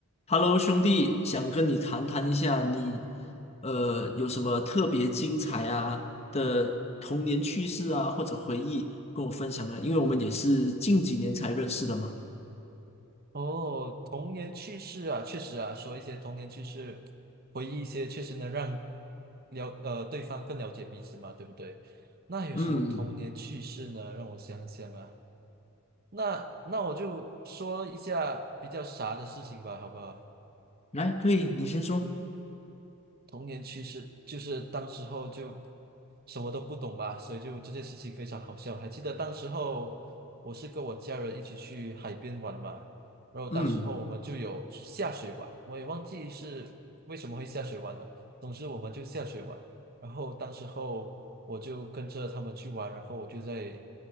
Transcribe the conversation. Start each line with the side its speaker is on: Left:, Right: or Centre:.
Left: Hello，兄弟，想跟你谈谈一下你，呃，有什么特别精彩啊的童年趣事啊，或者回忆跟我分享呢？因为我们也是近几年才认识的嘛。
Right: 哦，童年趣事啊，确实啊，说一些童年趣事，回忆一些，确实能让了呃对方更了解彼此嘛，对不对？那有什么童年趣事呢？
Left: 嗯，
Right: 让我想想啊，那那我就说一下比较傻的事情吧，好不好？
Left: 来，可以，你先说。
Right: 童年趣事就是当时候就什么都不懂吧，所以就这件事情非常好笑。还记得当时候我是跟我家人一起去海边玩嘛，然后当时候我们就有下水玩，
Left: 嗯
Right: 我也忘记是为什么会下水玩了。总之我们就下水玩，然后当时候我就跟着他们去玩，然后我就在